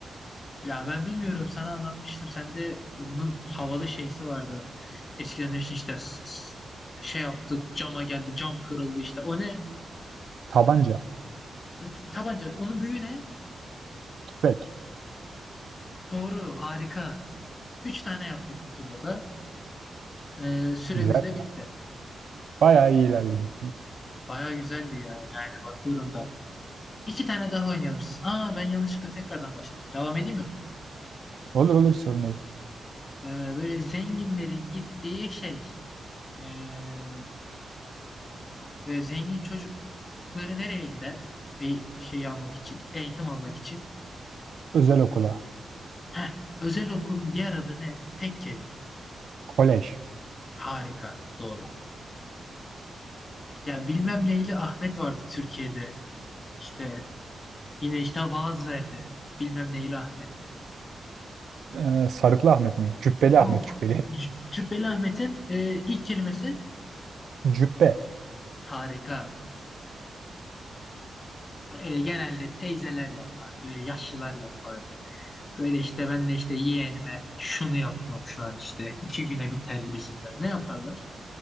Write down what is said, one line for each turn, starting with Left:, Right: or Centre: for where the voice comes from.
Left: Ya ben bilmiyorum sana anlatmıştım. Sende bunun havalı şeysi vardı. Eskiden demiştin işte s- s- şey yaptık cama geldi cam kırıldı işte. O ne?
Right: Tabanca.
Left: E, T- Tabanca. Onun büyüğü ne?
Right: Tüfek.
Left: Doğru harika. Üç tane yaptık bu turda da. Ee, süremiz
Right: Güzel.
Left: de
Right: güzel.
Left: bitti.
Right: Bayağı iyi ilerledik.
Left: Baya güzeldi ya yani bakıyorum da. İki tane daha oynayalım. Aa ben yanlışlıkla tekrardan başladım. Devam edeyim mi
Right: Olur olur sorun değil.
Left: ben? Ee, böyle zenginlerin gittiği şey. Ee, Ve zengin çocukları nereye gider? E, şey almak için, eğitim almak için.
Right: Özel okula.
Left: Heh, özel okulun diğer adı ne? Tek kelime.
Right: Kolej.
Left: Harika, doğru. Ya bilmem neyli Ahmet vardı Türkiye'de. İşte yine işte vaaz verdi. Bilmem neyli Ahmet.
Right: Ee, Sarıklı Ahmet mi? Cübbeli
Left: Yok.
Right: Ahmet Cübbeli.
Left: C- Cübbeli Ahmet'in e, ilk kelimesi
Right: Cübbe.
Left: harika. Böyle genelde teyzeler yapar. Böyle yaşlılar yapar. Böyle işte ben de işte yeğenime şunu yapıyorum şu an işte. iki güne biter gibisinden. Ne yaparlar?